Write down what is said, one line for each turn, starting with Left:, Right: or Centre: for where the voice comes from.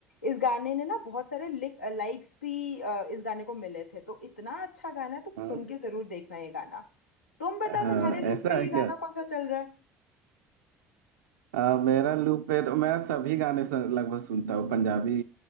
Left: इस गाने ने ना बहुत सारे लाइक्स भी अ, इस गाने को मिले थे तो इतना अच्छा गाना है तुम
Right: हाँ,
Left: सुन के जरूर देखना ये गाना तुम बताओ
Right: हाँ,
Left: तुम्हारे लूप
Right: ऐसा
Left: पे
Right: है
Left: ये
Right: क्या
Left: गाना कौन सा चल रहा है
Right: अ, मेरा लूप पे तो मैं सभी गाने सु- लगभग सुनता हूँ पंजाबी